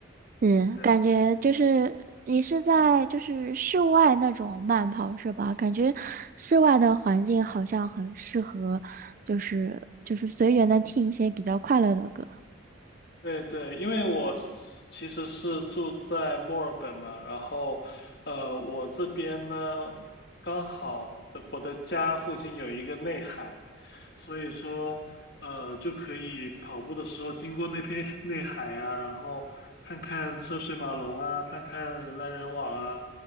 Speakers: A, on the right; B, on the left.
A: 嗯，
B: 这样。
A: 感觉就是你是在就是室外那种慢跑是吧？感觉室外的环境好像很适合，就是就是随缘的听一些比较快乐的歌。
B: 对对，因为我是其实是住在墨尔本嘛，然后，呃，我这边呢，刚好呃我的家附近有一个内海，所以说，呃，就可以跑步的时候经过那片内海啊，然后看看车水马龙啊，看看人来人往啊，